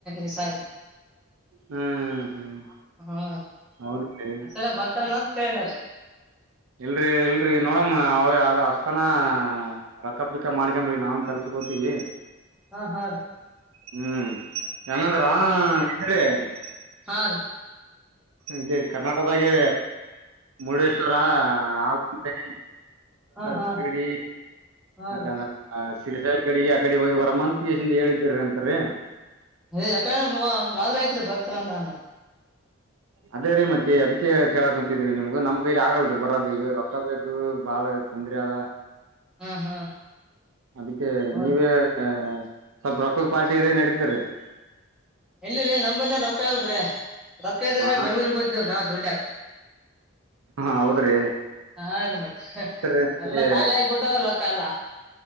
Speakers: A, in the centre; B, on the right (about 85°).
A: ಇ ಸಾರಿ.
B: ಹ್ಮ್ ಹ್ಮ್
A: ಹಾ
B: ಹೌದು ರೀ
A: ಅಷ್ಟ ಬರ್ತಾರನಂತ ಕೇಳಿದ್ರಿ.
B: ಇಲ್ರರಿ ಇಲ್ರರಿ ನೋಡಮ್ಮ ಅವ ಅಸ್ತನಾ ರೊಕ್ಕಪಿಕ್ಕ ಮಡಕೇನಮ್ರಿ ನಾವನ್ ಕೆಲ್ಸಕ್ ಹೋಗ್ತೀವಿ.
A: ಹಾ ಹಾ ರಿ
B: ಹ್ಮ್ ಹೆಂಗಂದ್ರ <unintelligible>
A: ಹಾ ರೀ
B: ಇಲ್ಲೆ ಕರ್ನಾಟಕದಾಗೆ ಮುರುಡೇಶ್ವರ ಆಗುಂಬೆ
A: ಹಾ ಹಾ
B: ಶರಡಿ
A: ಹಾ ರೀ ಹಾ
B: ಮತ್ತೆ
A: ರೀ
B: ಅಂದ್ರ ಸಿರಿಸೈಲ್ ಕಡಿಗೆ ಆ ಕಡೆ ಹೋಗಿ ಬರಮ್ಮಂತ ಹಾಕ್ಸಿನ್ದು ಹೇಳಿದ್ರುರಿ ಅಂ ತ್ರಿ
A: ಯಾಕಡೆ ಒವದ್ರೆ ಅಯ್ತ್ರಿ ಬರ್ತರಿ ಅಂದ್ರ ಅಂದ್ರ
B: ಅದೇ ರೀ ಮತ್ತೆ ಅದಕ್ಕೆ ಕೇಳಕ್ ಕುಂತಿದಿ ನಿಮ್ಗ ನಮ್. ನಮ್ ಕೈಯಲ್ಲಿ ಆಗಲ್ರಿ ಬರೋದ ಈಗ ರೊಕ್ಕ ಬೇಕ್. ಹೂ ಬಾಳ ತೊಂದ್ರೆ ಅದ
A: ಹಾ ಹಾ
B: ಅದಕ್ಕೆ
A: ಹೌದ್
B: ನೀವೇ. ಸ್ವಲ್ಪ ರೊಕ್ಕದ್ ಪಾರ್ಟಿ ರೀ ನಡೀತ್ರಿ.
A: ಎಲ್ಲರಿ ನಮ್ ಬಲ್ಲಿನೂ ರೊಕ್ ಇಲ್ರಿ. ರೊಕ್ಕ ಇದ್ರೆ
B: ಹಾಂ
A: ಯಾಕ್ ಬೆಂಗಳೂರ್ಗ್ ಹೊತ್ತಿದ್ವಿರಿ ನಾವ್ ದುಡ್ಲಾಕ್
B: ಹಾಂ ಹೌದು ರೀ
A: ಹಾ ರಿ ಮತ್
B: ರೀ ಮತ್ತೆ
A: ಎಲ್ಲಾ ಖಾಲಿ ಆಗ್ಬಿಟ್ಟವ್ರಿ ರೊಕ್ಕ ಎಲ್ಲಾ.